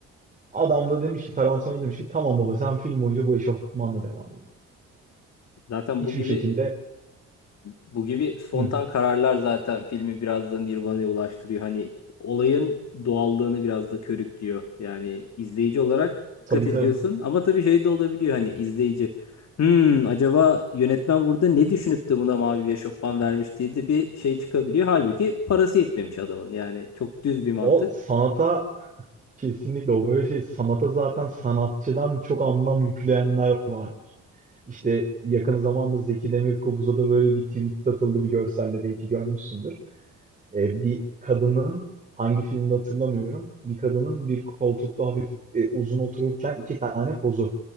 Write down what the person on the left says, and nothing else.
Zaten
bu gibi
Bu gibi spontan
kararlar zaten filmi biraz da Nirvana'ya ulaştırıyor. Hani olayın doğallığını biraz da körüklüyor. Yani izleyici olarak dikkat
ediyorsun
ama tabii şey de olabiliyor hani izleyici. Hmm, acaba yönetmen burada ne düşünüp de buna mavi bir eşofman vermiş diye de bir şey çıkabiliyor. Halbuki parası yetmemiş adamın. Yani çok düz bir mantık.